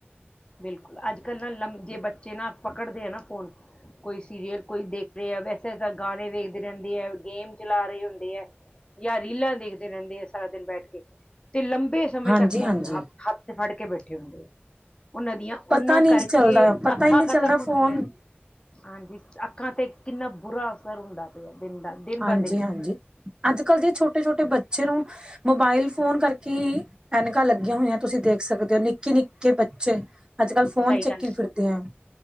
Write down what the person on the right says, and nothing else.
ਹਾਂਜੀ
ਹਾਂਜੀ
ਪਤਾ
ਨੀ
ਚੱਲਦਾ ਪਤਾ
ਹੀ ਨਹੀਂ
ਚੱਲਦਾ ਫੋਨ
ਹਾਂਜੀ-ਹਾਂਜੀ,
ਅੱਜ-ਕੱਲ੍ਹ ਤੇ ਛੋਟੇ-ਛੋਟੇ ਬੱਚੇ ਨੂੰ ਮੋਬਾਇਲ ਫੋਨ ਕਰਕੇ ਹੀ ਐਨਕਾਂ ਲੱਗੀਆਂ ਹੋਈਐਂ। ਤੁਸੀਂ ਦੇਖ ਸਕਦੇ ਔ, ਨਿਕ ਕਿ ਨਿੱਕੇ-ਨਿੱਕੇ ਬੱਚੇ ਅੱਜ-ਕੱਲ ਫੋਨ
ਚੱਕੀ
ਫਿਰਦੇ ਐ।